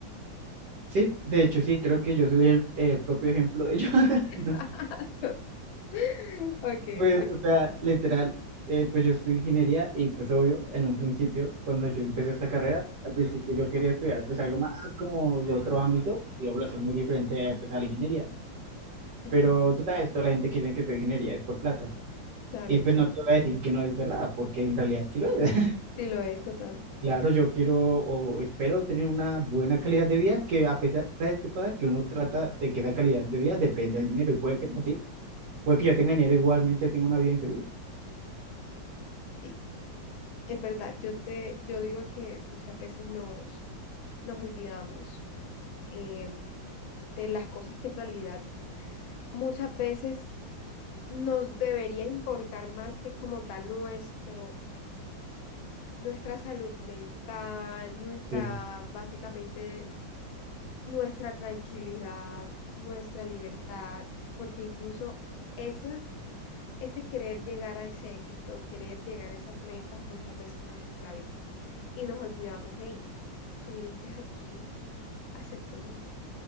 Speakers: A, on the right (about 65°); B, on the left (about 80°).
A: Sí, de hecho sí, creo que yo soy el, el propio ejemplo de ello.
B: <laughs>
A: <laughs>
B: Ok,
A: Pues,
B: porque
A: o sea, literal, eh, pues yo estudio ingeniería y pues obvio, en un principio, cuando yo empecé esta carrera, al principio yo
B: ujú,
A: quería estudiar pues algo más como de otro ámbito, digamos así, muy diferente pues, a la ingeniería.
B: ujú,
A: Pero tú sabes, toda la gente que dice que estudia ingeniería es por plata.
B: claro,
A: Y pues
B: sí,
A: no te voy a decir que no es verdad, porque en realidad sí lo es. <laughs>
B: sí lo es total.
A: Claro, yo quiero o espero tener una buena calidad de vida, que a pesar, ¿sabes qué pasa? Que uno trata de que esa calidad de vida depende del dinero y puede que no, ¿sí? Puede que yo tenga dinero, igualmente tengo una vida infeliz.
B: Sí, es verdad, yo te, yo digo que muchas veces nos, nos olvidamos eh, de las cosas que en realidad muchas veces nos debería importar más que como tal nuestro, nuestra salud mental, nuestra,
A: Sí.
B: básicamente, nuestra tranquilidad, nuestra libertad, porque incluso esas, ese querer llegar a ese éxito, querer llegar a esas metas muchas veces nos esclaviza y nos olvidamos, hey, tú viniste aquí a ser feliz,